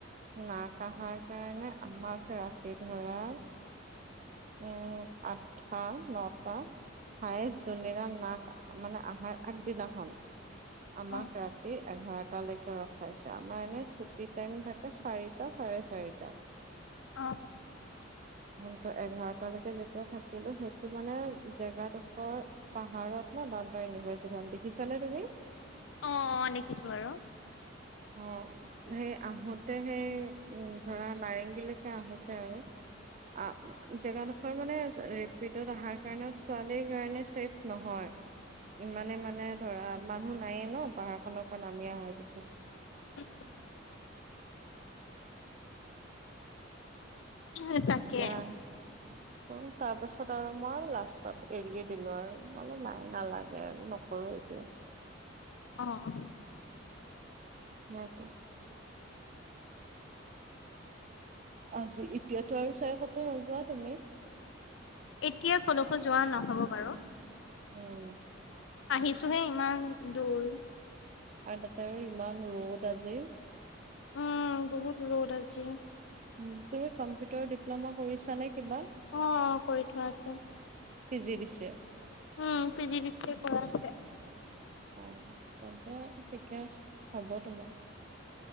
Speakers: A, on the right; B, on the left.
A: নাক আহা কাৰনে আমাক ৰাতি ধৰা, উম আঠ টা নটা, হাইয়েষ্ট যোনদিনা নাক মানে আহাৰ আগদিনাখন, আমাক
B: অ অ
A: ৰাতি এঘাৰ তালৈকে ৰখাইছে আমাৰ এনে ছুটি টাইম থাকে চাৰিটা চাৰে চাৰিটা।
B: অ।
A: কিন্তু এঘাৰটালৈকে যেতিয়া থাকিলো সেইটো মানে জেগা ডখৰ পাহাৰত ন ডাউন টাউন ইউনিভাৰচিটি খন দেখিছা নে তুমি?
B: অ অ দেখিছো বাৰু।
A: অ। সেই আহোতে সেই উ ধৰা নাৰেংগীলৈকে আহোতে আৰু। অ জেগা ডখৰ মানে ৰেপিডত অহাৰ কাৰণেও ছোৱালীৰ কাৰণে ছেফ নহয়। ইমানে মানে ধৰা মানুহ নাইয়ে ন পাহাৰ খনৰ পৰা নামি অহাৰ পিছত।
B: <inaudible> এ তাকে।
A: <inaudible> অ তাৰ পাছত আৰু মই লাষ্টত এৰিয়ে দিলো আৰু মই নাই নালাগে আৰু ন কৰো এতিয়া।
B: অ অ।
A: নাই। আজি এতিয়াতো আৰু চাগে কতো নোযোৱা তুমি?
B: এতিয়া কলকো যোৱা নহব বাৰু।
A: উম।
B: আহিছোহে ইমান দূৰ।
A: আৰু তাতে আৰু ইমান ৰ'দ আজি।
B: উম বহুত ৰ'দ আজি।
A: উম তুমি কম্পিউটাৰ ডিপ্লমা কৰিছানে কিবা?
B: অ অ কৰি থোৱা আছে।
A: PG D C A.
B: Um P G D C A কৰা আছে।
A: অ তেন্তে ঠিকে আছে হ'ব তোমাৰ।